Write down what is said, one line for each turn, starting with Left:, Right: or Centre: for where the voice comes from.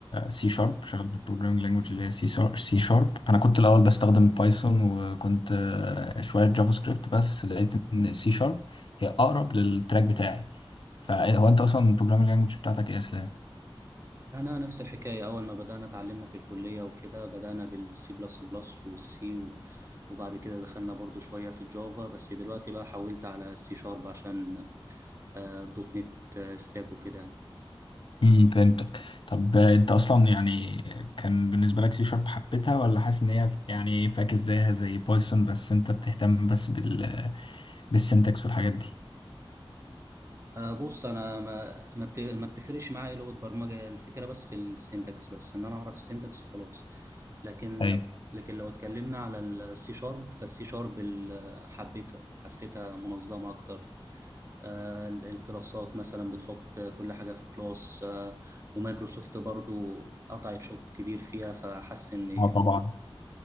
Left: سي شارب شغال بالبروجرامينج لانجوج اللي هي سي شارب انا كنت الاول بستخدم بايثون وكنت آه، شويه جافا سكريبت بس لقيت ان سي شارب هي اقرب للتراك بتاعي فهو انت اصلا البروجرامينج لانجوج بتاعتك ايه يا اسلام
Right: أنا نفس الحكاية أول ما بدأنا اتعلمنا في الكلية وكده بدأنا بالسي بلس بلس والسي و... وبعد كده دخلنا برضو شوية في الجافا بس دلوقتي بقى حولت على السي شارب عشان آه، دوت نت آه، ستاك وكده
Left: امم فهمتك طب آه، انت اصلا يعني كان بالنسبه لك سي شارب حبيتها ولا حاسس ان هي يعني فاكس زيها زي بايثون بس انت بتهتم بس بال بالسنتكس والحاجات دي
Right: آه، بص انا ما ما بت- ما بتفرقش معايا إيه لغه برمجه الفكره بس في السنتكس بس ان انا اعرف السنتكس خلاص لكن
Left: ايوه
Right: لو لكن لو اتكلمنا على السي شارب فالسي شارب حبيتها حسيتها منظمه اكتر آه، ال- الكلاسات مثلا بتحط كل حاجه في كلاس آه، ومايكروسوفت برضو قطعت شوط كبير فيها فحس ان
Left: اه طبعا